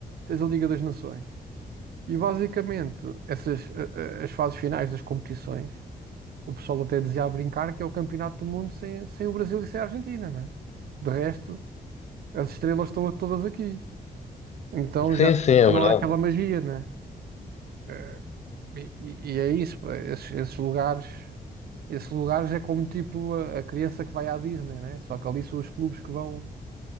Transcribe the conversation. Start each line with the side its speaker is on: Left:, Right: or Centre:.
Right: tens a Liga das Nações. E basicamente, essas a- a- as fases finais das competições, o pessoal até dizia a brincar que é o Campeonato do Mundo sem, sem o Brasil e sem a Argentina, né? De resto, As estrelas estão todas aqui. Então
Left: Sim,
Right: já
Left: sim, é
Right: não
Left: verdade.
Right: há aquela magia, né? Eh, E, e- e é isso, pá, esses, esses lugares, esses lugares é como tipo a, a criança que vai à Disney, né? Só que ali são os clubes que vão,